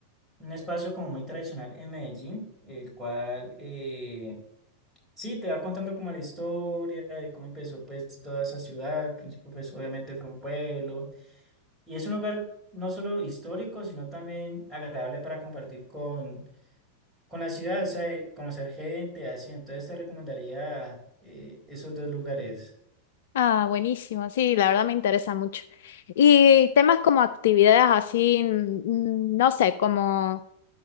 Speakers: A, in the centre; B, on the left.
A: un espacio como muy tradicional en Medellín, el cual eh, sí te va contando como la historia de cómo empezó pues toda esa ciudad. Al principio pues obviamente fue un pueblo y es un lugar no solo histórico, sino también agradable para compartir con con la ciudad, o sea, y conocer gente, así, entonces te recomendaría eh, esos dos lugares.
B: Ah, buenísimo. Sí, la verdad me interesa mucho. Y temas como actividades así, mm, no sé, como